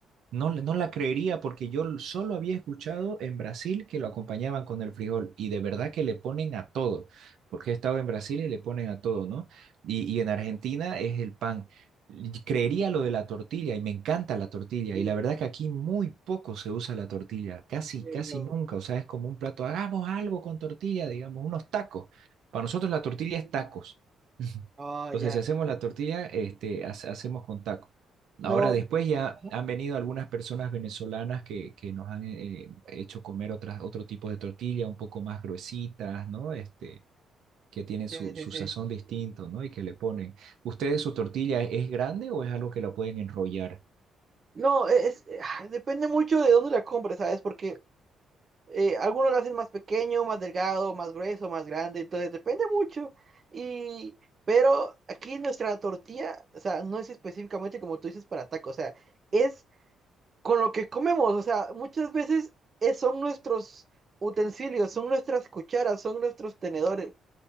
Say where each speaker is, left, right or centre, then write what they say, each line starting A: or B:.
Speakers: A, on the right; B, on the right.
A: No, le- no la creería porque yo l- solo había escuchado en Brasil que lo acompañaban con el frijol y de verdad que le ponen a todo, porque he estado en Brasil y le ponen a todo, ¿no? Y, y en Argentina es el pan. Y Creería lo de la tortilla y me encanta la tortilla
B: sí,
A: y la verdad que aquí muy poco se usa la tortilla, casi,
B: en serio.
A: casi nunca, o sea, es como un plato, hagamos algo con tortilla, digamos, unos tacos. Para nosotros la tortilla es tacos. <laughs>
B: Oh,
A: Entonces,
B: ya.
A: si hacemos la tortilla, este, hace- hacemos con tacos.
B: No.
A: Ahora, después ya
B: Ajá,
A: han venido algunas personas venezolanas que, que nos han eh, hecho comer otras, otro tipo de tortilla, un poco más gruesitas, ¿no? Este, que tienen
B: Sí,
A: su,
B: sí,
A: su
B: sí.
A: sazón distinto, ¿no? Y que le ponen. ¿Ustedes su tortilla es es grande o es algo que la pueden enrollar?
B: No, e, es, ah, depende mucho de dónde la compres, ¿sabes? Porque eh, algunos la hacen más pequeño, más delgado, más grueso, más grande, entonces depende mucho. Y, pero aquí nuestra tortilla, o sea, no es específicamente como tú dices para tacos, o sea, es con lo que comemos, o sea, muchas veces es- son nuestros utensilios, son nuestras cucharas, son nuestros tenedores,